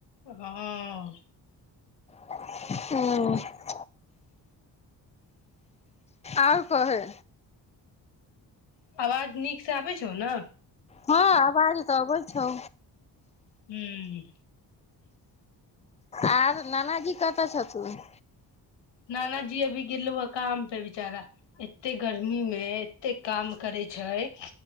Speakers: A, on the left (about 75°); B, on the left (about 15°).
A: हँ
B: ह आउर कहे
A: आवाज नीक से आबै छै छौ न
B: हँ आवाज तऽ अबै छौ
A: हुँ
B: आर नानाजी कतऽ छथुन
A: नाना जी अभी गेलोया काम पे बिचारा एते गर्मी मे कते काम करै छै